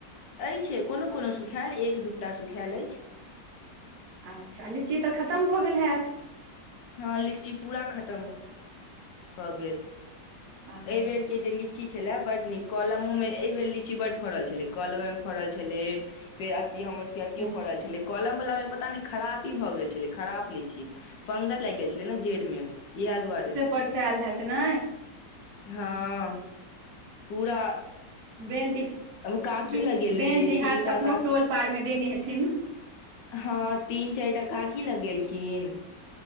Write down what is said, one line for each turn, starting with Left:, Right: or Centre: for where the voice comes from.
Left: अछि कोनो कोनो सुखायएल एक दू टा सुखायल अछि
Right: अच्छा लीची तऽ खतम भऽ गेल हैत
Left: हँ लीची पूरा खतम भ भऽ गेल
Right: आ
Left: एहि बेरके जे लीची छलय बड्ड नीक कलमोमे एहि बेर लीची बड्ड फड़ल छलै कलम मे फड़ल छलै फेर अति हमर सभके अतियो
Right: अच्छा
Left: फड़ल छलै कलम वला मे पता नहि खरापी भऽ गेल छलै खराब लीची फंगस लागि गेल छलै ने जेड़ में इएह दुआरे
Right: ऊपर से आयल हायैत ने
Left: हँ पूरा
Right: बेन तिह
Left: काकी
Right: बे-
Left: लगेेल
Right: बेन तिहार
Left: तीनटा
Right: अपनो
Left: काकी
Right: टोल पार मे देनी हेथिन
Left: हँ तीन चारि टा काकी लग गेलखिन